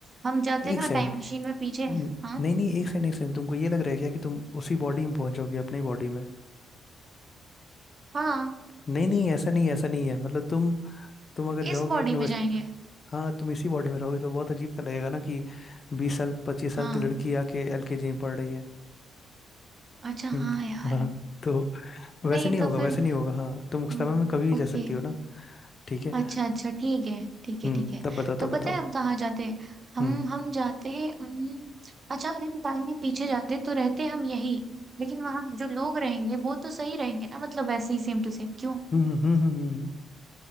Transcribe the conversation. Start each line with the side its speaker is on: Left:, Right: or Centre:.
Right: हम जाते
Left: एक
Right: ना
Left: सेकंड
Right: टाइम मशीन में पीछे
Left: न-
Right: हाँ
Left: नहीं नहीं एक सेकंड एक सेकंड तुमको ये लग रहा है क्या कि तुम उसी बॉडी में पहुंचोगी अपनी बॉडी में
Right: हाँ
Left: नहीं नहीं ऐसा नहीं ऐसा नहीं है मतलब तुम तुम अगर जाओगी
Right: इस बॉडी
Left: अपने
Right: में
Left: बच
Right: जाएंगे
Left: हाँ तुम इसी बॉडी में रहोगे तो बहुत अजीब सा लगेगा ना कि बीस साल पच्चीस साल
Right: हाँ
Left: की लड़की आके एलकेजी में पढ़ रही है
Right: अच्छा
Left: हम्म,
Right: हाँ यार
Left: हाँ तो वैसे
Right: नहीं
Left: नहीं
Right: तो
Left: होगा
Right: फिर
Left: वैसे नहीं होगा हाँ तुम उस
Right: हाँ,
Left: समय में कभी भी
Right: ओके
Left: जा सकती हो ना ठीक है
Right: अच्छा अच्छा ठीक है ठीक
Left: हम्म
Right: है ठीक है
Left: तब बताओ
Right: तो
Left: तब
Right: पता
Left: बताओ
Right: है हम कहाँ जाते हम
Left: हम्म
Right: हम जाते हम्म, अच्छा अगर इन टाइम में पीछे जाते तो रहते हम यही लेकिन वहां जो लोग रहेंगे वो तो सही रहेंगे ना मतलब वैसे ही सेम टू सेम क्यों
Left: हम्म हम्म हम्म हम्म